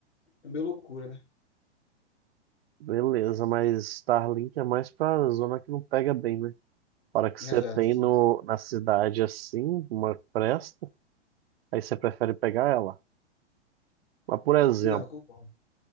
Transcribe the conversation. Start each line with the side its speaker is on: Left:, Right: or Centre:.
Left: É meio loucura, né?
Right: beleza, mas Starlink é mais pra zona que não pega bem, né? Para que
Left: Exato,
Right: você tem
Left: exato.
Right: no, na cidade assim, uma que presta, aí você prefere pegar ela. Mas por exemplo,
Left: Não, concordo.